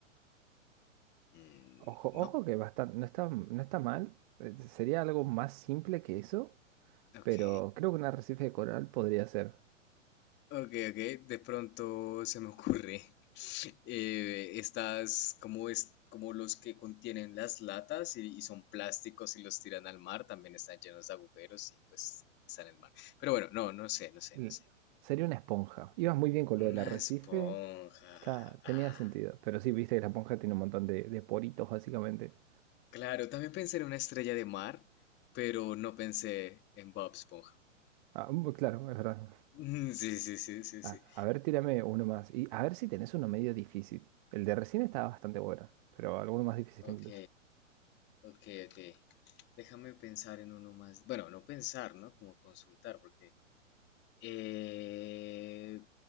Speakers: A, on the left; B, on the right.
A: Mm,
B: Ojo,
A: ¿no?
B: ojo que bastante, no está, no está mal. Eh, Sería algo más simple que eso,
A: Ok.
B: pero creo que un arrecife de coral podría ser.
A: Ok, ok. De pronto se me ocurre. <laughs> eh, estas, como es, como los que contienen las latas y, y son plásticos y los tiran al mar, también están llenos de agujeros y pues están en el mar. Pero bueno, no, no sé, no sé,
B: L-
A: no sé.
B: Sería una esponja. Ibas muy bien con lo del
A: Una
B: arrecife.
A: esponja.
B: Está, tenía
A: Ah.
B: sentido. Pero sí, viste que la esponja tiene un montón de, de poritos, básicamente.
A: Claro, también pensé en una estrella de mar, pero no pensé en Bob Esponja.
B: Ah, mm, claro, es verdad.
A: <laughs> Sí, sí, sí, sí,
B: A,
A: sí.
B: a ver, tírame uno más. Y a ver si tenés uno medio difícil. El de recién estaba bastante bueno, pero alguno más difícil
A: Ok,
B: incluso.
A: ok, ok. Déjame pensar en uno más. Bueno, no pensar, ¿no? Como consultar, porque Eh,